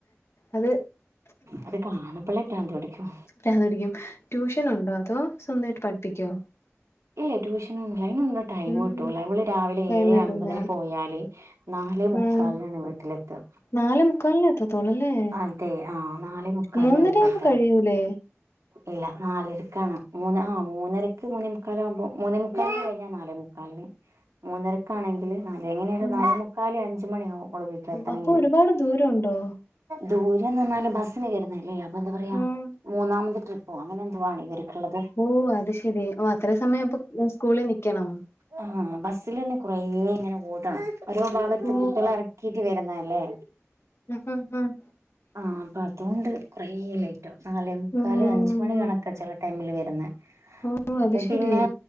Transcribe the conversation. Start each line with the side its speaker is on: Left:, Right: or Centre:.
Left: അത്
Right: അതൊ കാണുമ്പള്ളെ- പ്രാന്തോടിക്കും.
Left: ന്ന് പിടിക്കും, ട്യൂഷൻ ഉണ്ടോ? അതോ സ്വന്തമായിട്ട് പഠിപ്പിക്കോ?
Right: ഏ ട്യൂഷനൊന്നുല്ല, അയിനൊന്നും- ടൈം
Left: ഉം
Right: കിട്ടൂല്ല നമ്മള് രാവിലെ-
Left: ടൈം
Right: ഏഴ്
Left: കിട്ടൂല
Right: അമ്പതിന് പോയാല് നാല്- മുക്കാലിനാണ്
Left: ഉം
Right: വീട്ടിലെത്തുക.
Left: നാലേ മുക്കാലിന് എത്തത്തോളൂ അല്ലേ
Right: അതെ ആഹാ നാലേമുക്കാലനാ-
Left: മൂന്നര
Right: വീട്ടിലെത്ത.
Left: ആവുമ്പോ കഴിയൂലേ
Right: ഇല്ല നാലരക്കാണ്, മൂന്ന് ആ, മൂന്നരക്ക് മൂന്ന- മുക്കാല ആകുമ്പോൾ മൂന്ന, മുക്കാലി കിഞ്ഞാൽ നാലേ- മുക്കാലിന്, മൂന്നരക്ക ആണെങ്കിൽ- നാല എങ്ങനെയ
Left: ഉം
Right: നാലേ - മുക്കാൽ, അഞ്ചുമണി ആകും- കുടെ വീട്ടില എത്തന
Left: അപ്പൊ
Right: കില്.
Left: ഒരുപാട് ദൂരം ഉണ്ടോ
Right: ദൂരന്ന് പറഞ്ഞാല് ബസ്സിന്- വരുന്നല്ലേ അപ്പോ എന്താ പറയാ-
Left: ആഹ്
Right: മൂന്നാമത് ട്രിപ്പോ അങ്ങനെ എന്തുവാണ വരുന്നത്. <unintelligible>
Left: ഓ അത് ശെരി, ഓ അത്ര- സമയം അപ്പോ സ്കൂളിൽ- നിൽക്കണം.
Right: ആഹ ബസ്സൽന്ന് കുറഇങ്ങനെ- ഓടണം. ഓരോ ഭാഗത്ത്
Left: ഓ.
Right: കുട്ടികള- ഇറക്കിട്ട് വരുന്നല്ലേ.
Left: ഉം, ഉം, ഉം,
Right: ആ, അപ്പോ അതുകൊണ്ട്- കുറെ ലേറ്റ്കും. നാലേ മുക്കാൽ-
Left: ഉം.
Right: അഞ്ച്മണി കണക്കാണ് ചില ടൈമിൽ വരുന്നത്.
Left: ഓ
Right: അപ്പോ
Left: അത് ശെരി.
Right: പിന്ന-